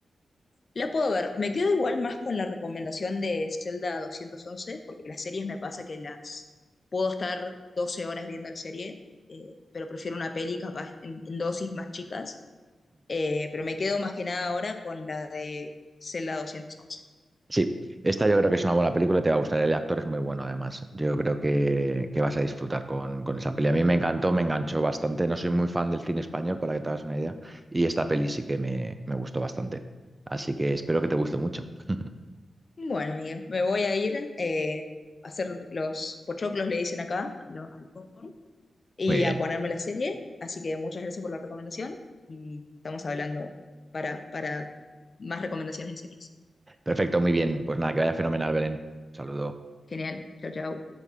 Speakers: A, on the left; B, on the right.
A: La puedo ver. Me quedo igual más con la recomendación de Zelda doscientos once porque las series me pasa que las puedo estar 12 horas viendo la serie, eh, pero prefiero una peli capaz en, en dosis más chicas. Eh, pero me quedo más que nada ahora con la de Zelda doscientos once
B: Sí, esta yo creo que es una buena película, te va a gustar, el actor es muy bueno además, yo creo que, que vas a disfrutar con, con esa peli. A mí me encantó, me enganchó bastante, no soy muy fan del cine español, para que te hagas una idea, y esta peli sí que me, me gustó bastante, así que espero que te guste mucho. <laughs>
A: Bueno, Miguel, me voy a ir eh, a hacer los pochoclos, le dicen acá, lo- al popcorn, y
B: Muy bien,
A: a ponerme la serie. Así que muchas gracias por la recomendación y estamos hablando para, para más recomendaciones de series.
B: perfecto, muy bien, pues nada, que vaya fenomenal, Belén. Saludo.
A: Genial. Chao, chao.